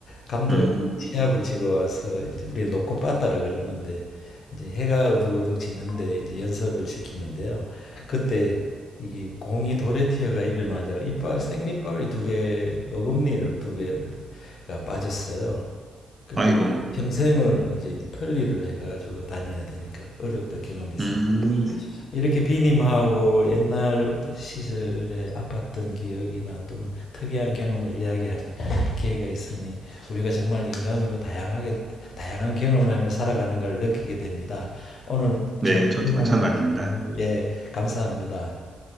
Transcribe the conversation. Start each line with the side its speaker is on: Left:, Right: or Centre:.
Left: 감독
Right: 음,
Left: 시합을 지고 와서 이제 우리 놓고 빠따라 그러는데 이제 해가 우둑우둑 지는데 이제 연습을 시키는데요. 그때 이게 공이 돌에 튀어가 입에 맞아가 이빨 생리빨이 두 개 어금니를 두 개가 빠졌어요. 그리고
Right: 아이고.
Left: 평생을 이제 편리를 해가지고 다녀야 되니까 어려웠던 경험이 있습니다.
Right: 음,
Left: 이렇게 비님하고 옛날 시절에 아팠던 기억이나 또는 특이한 경험을 이야기하는 기회가 있으니 우리가 정말 인간으로 다양하게 다양한 경험을 하며 살아가는 걸 느끼게 됩니다. 오늘
Right: 네,
Left: 좋은
Right: 저도
Left: 경험을
Right: 마찬가지입니다.
Left: 같이 공유, 예, 감사합니다.